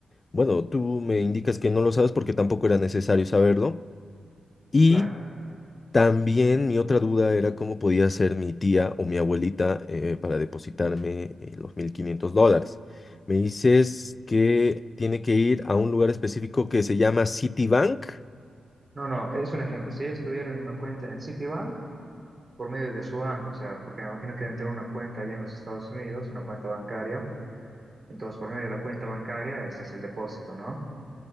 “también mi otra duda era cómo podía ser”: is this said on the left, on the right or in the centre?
Left